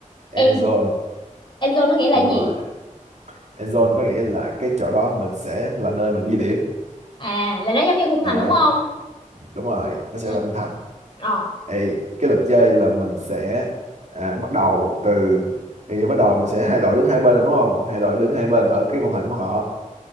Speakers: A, on the right (about 60°); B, on the left (about 35°).
A: end
B: End,
A: zone
B: end zone nó nghĩa là
A: đúng
B: gì?
A: rồi end zone có nghĩa là cái chỗ đó mình sẽ là nơi mình ghi điểm
B: À, là nó giống như khung thành
A: đó
B: đúng không?
A: đúng rồi nó sẽ
B: Ừ.
A: là khung thành
B: Ờ.
A: Ê, cái luật chơi là mình sẽ à, bắt đầu từ thì giờ bắt đầu mình sẽ hai đội đứng hai bên rồi đúng không? Hai đội đứng hai bên ở cái khung thành của họ